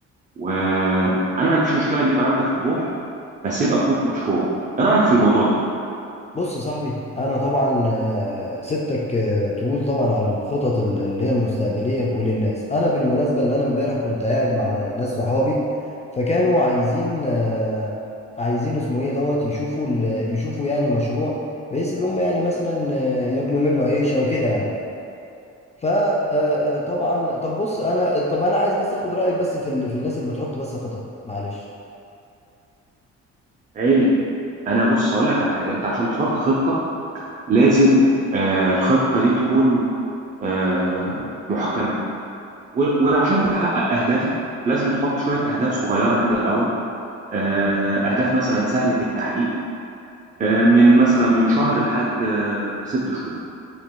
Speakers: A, on the right; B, on the left.
A: وانا ما عنديش مشكله ان يبقى عندك طموح بس يبقى طموح مشروع ايه رايك في الموضوع ده
B: بص يا صاحبي انا طبعا آه، سبتك آه، تقول طبعا عن الخطط ال- اللي هي المستقبليه وللناس انا بالمناسبه اللي انا امبارح كنت قاعد مع ناس صحابي فكانوا عايزين آه، عايزين اسمه ايه دوت يشوفوا ال- يشوفوا يعني مشروع بحيث اللي هم يعني مثلا آه، ياكلوا منه عيش او كده يعني فطبعا طب بص انا طب انا عايز بس اخد رايك بس في ال- في الناس اللي بتحط بس خطط معلش
A: عيني انا بص هقول لك على حاجه انت عشان تحط خطه لازم آه الخطه دي تكون آه محكمه و- وعشان تحقق اهدافك لازم تحط شويه اهداف صغيره كده الاول آه اهداف مثلا سهله التحقيق آه من مثلا من شهر لحد آه ست شهور